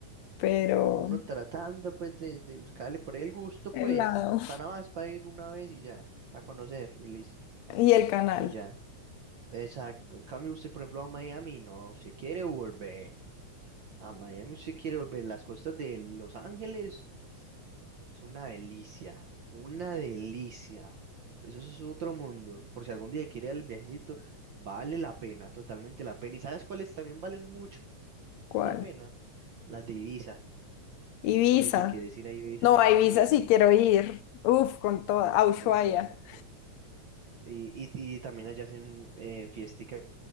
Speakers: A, on the left (about 75°); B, on the right (about 70°).
A: Pero
B: como uno tratando pues de, de buscarle por ahí el gusto,
A: el
B: pues
A: lado
B: Panamá es para ir una vez y ya, para conocer y listo.
A: y el canal,
B: Y ya. Exacto. En cambio, usted, por ejemplo, a Miami, no, se quiere volver. A Miami usted quiere volver. Las costas de Los Ángeles es una delicia, una delicia. Eso es otro mundo. Por si algún día quiere ir al viajecito, vale la pena, totalmente la pena. ¿Y sabes cuáles también valen mucho
A: ¿cuál?
B: la pena? Las de Ibiza.
A: Ibiza.
B: Por si te quieres ir a Ibiza.
A: No, a Ibiza
B: Sí, sí,
A: sí quiero ir, Uf, con toda, a Ushuaia.
B: exacto. Y, y, y también allá hacen eh, fiesticas,